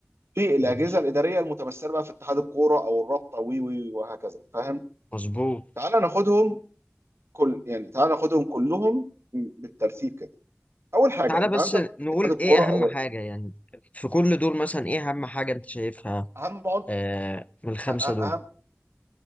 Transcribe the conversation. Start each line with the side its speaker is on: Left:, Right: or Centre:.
Right: في الاجهزه
Left: ماشي
Right: الاداريه المتمثله بقى في اتحاد الكوره او الرابطه و و- وهكذا فاهم
Left: مظبوط
Right: تعال ناخدهم كل يعني تعال ناخدهم كلهم بالترتيب كده اول حاجه
Left: تعالى
Right: انت
Left: بس
Right: عندك
Left: نقول
Right: اتحاد الكوره
Left: ايه اهم
Right: او
Left: حاجة يعني في كل دول مثلا ايه اهم حاجة انت شايفها
Right: اهم عن-
Left: آه من الخمسة
Right: أ- أ-
Left: دول
Right: اهم